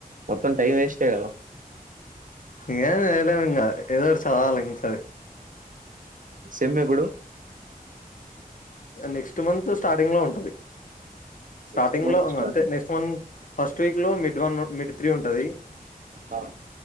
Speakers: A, on the right (about 60°); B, on the left (about 60°).
A: మొత్తం టైం వేస్టే కదా
B: ఇంకేం చేయలేం ఇంకా ఏదోటి చదవాలి సది
A: సేమ్ ఎప్పుడూ
B: నెక్స్ట్ మంత్ స్టార్టింగ్ లో ఉంటుంది స్టార్టింగ్
A: నెక్స్ట్ మంత్
B: లో అే
A: స్టార్టింగ్
B: నెక్స్ట్ మ ఫస్ట్ వీక్ లో మ మ వన్ మిడ్ త్రీ ఉంటది
A: ఆ